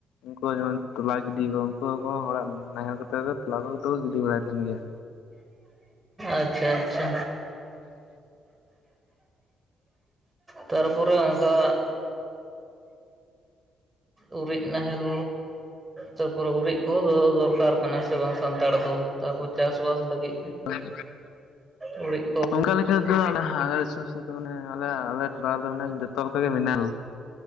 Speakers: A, on the left (about 80°); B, on the right (about 20°).
A: ᱩᱱᱠᱩᱣᱟᱜ ᱡᱮᱢᱚᱱ ᱛᱚᱞᱟ ᱜᱤᱰᱤ ᱠᱚ ᱩᱱᱠᱩ ᱠᱚ ᱦᱚᱲᱟᱜ ᱱᱟᱦᱮᱞ ᱠᱚᱛᱮ ᱫᱚ ᱛᱚᱞᱟ ᱠᱚᱫᱚ ᱠᱚ ᱜᱤᱰᱤ ᱵᱟᱲᱟᱭ ᱛᱟᱦᱮᱱ ᱜᱮᱭᱟ᱾
B: ᱟᱪᱪᱷᱟᱼᱟᱪᱪᱷᱟ᱾ ᱛᱟᱨᱯᱚᱨᱮ ᱚᱱᱠᱟ ᱩᱨᱤᱡ ᱱᱟᱦᱮᱞ ᱪᱟᱹᱯᱚᱨᱮ ᱜᱩᱨᱤᱡ ᱠᱚᱦᱚᱸ ᱫᱚᱦᱚ ᱫᱚ ᱫᱚᱨᱠᱟᱨ ᱠᱟᱱᱟ ᱥᱮ ᱵᱟᱝ ᱥᱟᱱᱛᱟᱲ ᱫᱚ ᱛᱟᱯᱚᱨ ᱪᱟᱥᱵᱟᱥ ᱞᱟᱹᱜᱤᱫ
A: <inaudible>
B: ᱩᱲᱤᱡ
A: ᱚᱱᱠᱟ ᱞᱮᱠᱟ ᱫᱚ ᱞᱟᱦᱟ ᱟᱞᱮ ᱥᱩᱨ ᱥᱩᱨ ᱫᱚ ᱢᱟᱱᱮ ᱟᱞᱮ ᱟᱞᱮ ᱚᱲᱟᱜ ᱨᱮᱫᱚ ᱢᱟᱱᱮ ᱡᱚᱛᱚ ᱞᱮᱠᱟ ᱜᱮ ᱢᱮᱱᱟᱞᱼᱼ